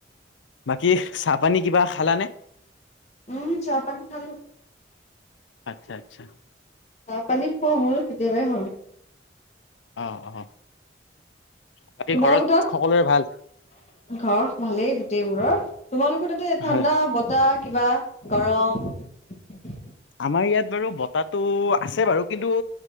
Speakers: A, on the left (about 85°); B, on the left (about 35°).
A: বাকী চাহ পানী কিবা খালানে?
B: উম চাহ পানী খালো।
A: আচ্ছা আচ্ছা।
B: চাহ পানি খোৱা হ'ল কেতিয়াবা হ'ল।
A: অ', অ'। বাকী
B: তোমাল
A: ঘৰত
B: লগত তাত
A: সকলোৰে ভাল?
B: ঘৰ ভালেই গোটেইবোৰৰ তোমালোকৰ তাতে ঠাণ্ডা
A: হয়।
B: বতাহ কিবা গৰম।
A: আমাৰ ইয়াত বাৰু বতাহটো আছে বাৰু কিন্তু